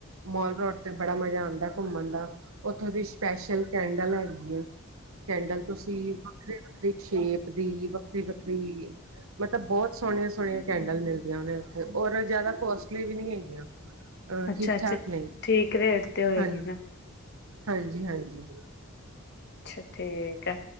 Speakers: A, on the right; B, on the left.
A: ਮੋਲ ਰੋਡ ਤੇ, ਬੜਾ ਮਜ਼ਾ ਆਉਂਦਾ। ਘੁੰਮਣ ਦਾ। ਉੱਥੋਂ ਦੀ, ਸਪੈਸ਼ਲ ਕੈਂਡਲ, ਹੈਗੀ ਏ। ਕੈਂਡਲ ਤੁਸੀਂ। ਵੱਖਰੀ- ਵੱਖਰੀ, ਸ਼ੇਪ ਦੀ। ਵੱਖਰੀ- ਵੱਖਰੀ, ਮਤਲਬ ਬਹੁਤ ਸੋਹਣੇ- ਸੋਹਣੇ। ਕੈਂਡਲ, ਮਿਲਦੀਆਂ ਨੇ ਉੱਥੇ। ਔਰ ਜ਼ਿਆਦਾ ਕੋਸਟਲੀ ਵੀ, ਨੀ ਹੈਗੀਆਂ। ਅ
B: ਅੱਛਾ-ਅੱਛਾ
A: ਠੀਕ- ਠਾਕ, ਨੇ
B: ਠੀਕ ਰੇਟ ਤੇ ਹੋਏਗੀ
A: ਹਾਂਜ,
B: ਨਾ
A: ਹਾਂਜੀ- ਹਾਂਜੀ।
B: ਅੱਛਾ, ਠੀਕ ਹੈ।